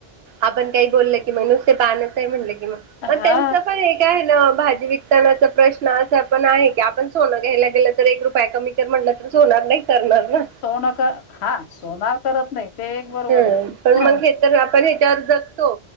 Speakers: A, on the right; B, on the left.
A: आपण काही बोललं कि मग नुसते पानच आहे म्हटलं कि मग मग
B: हा
A: त्यांच पण ते काय आहे ना भाजी विकतानाचा प्रश्न असा पण आहे की आपण सोनं घ्यायला गेलं तर रुपया कमी तर म्हणलं तर सोणार नाही करणार ना.
B: सोनं हा सोन करत नाही ते एक बरोबर
A: ह
B: आहे.
A: पण
B: ह
A: मग हे तर आपण ह्याच्यावर जगतो